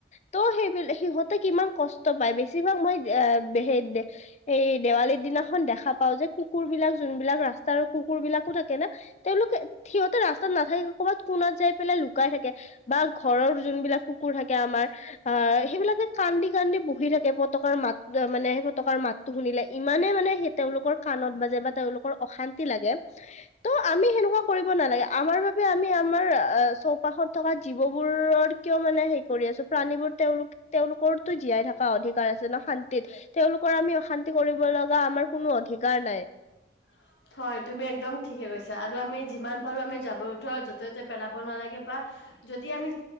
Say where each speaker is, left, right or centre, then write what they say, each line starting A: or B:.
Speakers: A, on the left; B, on the left.
A: ত সেইবিলাক সিহঁতে কিমান কষ্ট পায় বেছিভাগ মই <unintelligible> এই দেৱালীৰ দিনাখন দেখা পাও যে কুকুৰবিলাক যোন বিলাক ৰাস্তাৰ কুকুৰবিলাকো থাক কে না তেওঁলোকে সিহঁতে ৰাস্তাত নাথাকে ক'ৰবাত কোনাত যাই পেলাই লুকাই থাকে। বা ঘৰৰ যোনবিলাক কুকুৰ থাকে আমাৰ আহ, সেইবিলাকে কান্দি কান্দি বহি থাকে, পতকাৰ মাত মানে তকাৰ মাতটো শুনিলে ইমানে মানে, সেই তেওঁলোকৰ কাণত বাজে বা তেওঁলোকৰ অশান্তি লাগে। ত আমি সেনেকুৱা কৰিব নালাগে। আমাৰ বাবে আমি আমাৰ চৌপাশত থকা, জীৱবোৰৰ কিয় মানে সেই কৰি আছো। প্ৰাণীবোৰ তেওঁলোক তেওঁলোকৰতো জীয়াই থকা অধিকাৰ আছে ন, শান্তিত। তেওঁলোকৰ আমি অশান্তি কৰিব লগা আমাৰ কোনো অধিকাৰ নাই।
B: <inaudible> হয়, তুমি একদম ঠিকে কৈছা। আৰু আমি যিমান পাৰো আমি যাবৰ জোথৰ, য'তে- ত'তে পেলাব নালাগে। বা যদি আমি